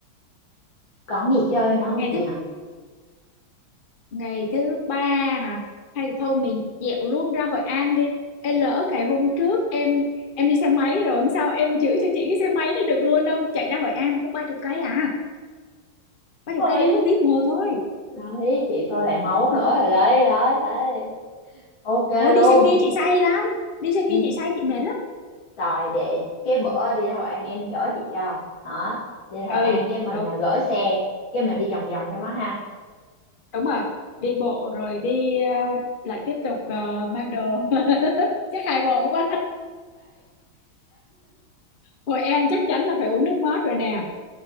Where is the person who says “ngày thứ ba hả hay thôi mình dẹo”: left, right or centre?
Left